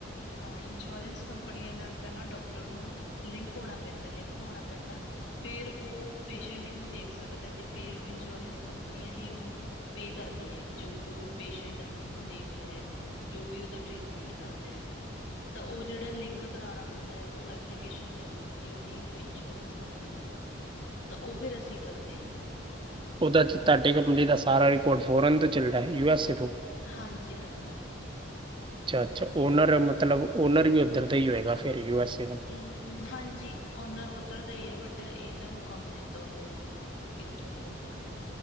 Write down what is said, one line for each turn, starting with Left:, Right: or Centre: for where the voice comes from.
Left: ਹਾਂ, ਇੰਸ਼ੋਰੈਂਸ ਕੰਪਨੀਆਂ ਨਾਲ ਪਹਿਲਾਂ ਡਾਕਟਰ ਨੂੰ ਲਿੰਕ ਹੋਣਾ ਪੈਂਦਾ, ਲਿੰਕ ਹੋਣਾ ਪੈਂਦਾ। ਫੇਰ ਉਹ ਪੇਸ਼ੈਂਟ ਨੂੰ ਦੇਖ ਸਕਦਾ, ਤੇ ਫੇਰ ਇੰਸ਼ੋਰੈਂਸ ਕੰਪਨੀਆਂ ਹੀ ਉਹਨੂੰ ਪੇ ਕਰਦੀਆਂ ਹੈ, ਜੋ ਉਹ ਪੇਸ਼ੈਂਟ ਨੂੰ ਦੇਖਦਾ ਹੈ, ਜੋ ਵੀ ਉਹਦਾ ਟ੍ਰੀਟਮੈਂਟ ਕਰਦਾ ਹੈ ਉਹ ਤਾਂ ਉਹ ਜਿਹੜਾ ਲਿੰਕ ਕਰਾਉਣਾ ਹੁੰਦਾ ਹੈ, ਉਹ ਐਪਲੀਕੇਸ਼ਨ ਜਾਂਦੀ ਹੁੰਦੀ ਹੈ, ਉਹਦੀ ਇੱਕ ਇੰਸ਼ੋਰੈਂਸ ਕੰਪਨੀ ਨੂੰ।
Right: <unintelligible>
Left: ਤਾਂ, ਉਹ ਫਿਰ ਅਸੀਂ ਕਰਦੇ ਹਾਂ।
Right: ਉਹਦਾ ਤੁਹਾਡੇ ਕੰਪਨੀ ਦਾ ਸਾਰਾ ਰਿਕਾਰਡ ਫੋਰਨ ਤੋਂ ਚੱਲਦਾ ਹੈ, ਯੂ- ਐੱਸ- ਏ ਤੋਂ?
Left: ਹਾਂਜੀ -ਹਾਂਜੀ।
Right: ਅੱਛਾ -ਅੱਛਾ, ਓਨਰ ਮਤਲਬ ਓਨਰ ਵੀ ਉੱਧਰ ਦਾ ਹੀ ਹੋਏਗਾ, ਫੇਰ ਯੂ -ਐਸ -ਏ ਦਾ।
Left: ਹਮ, ਹਾਂਜੀ ਓਨਰ ਉੱਧਰ ਦਾ ਹੀ ਹੈ, ਬਟ ਇਹਨਾਂ ਨੂੰ ਕੰਮ ਦਿੱਤਾ ਹੋਇਆ ਏਹ ਨੇ। ਇਥੋਂ, ਦੇ ਬੰਦਿਆਂ ਨੂੰ।